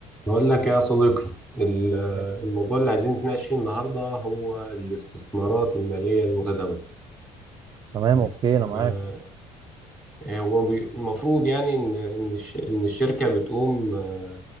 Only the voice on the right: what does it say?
يا غالي
تمام
اوكي انا معاك